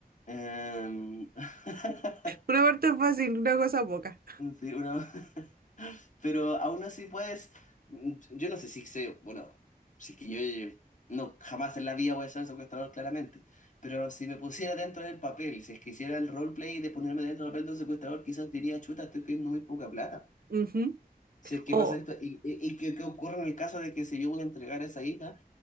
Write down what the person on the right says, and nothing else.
Una parte es fácil, una cosa poca.
Ujú.
Oh,